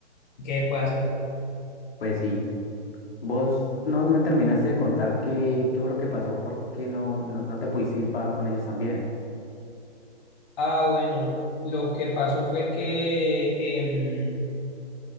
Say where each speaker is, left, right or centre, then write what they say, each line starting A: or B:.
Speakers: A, on the left; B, on the left.
A: ¿qué puede hacer?
B: pues sí. Vos no me terminaste de contar qué, qué fue lo que pasó, por qué no, no, no te pudiste ir pa- con ellos también.
A: Ah, bueno, lo que pasó fue que em,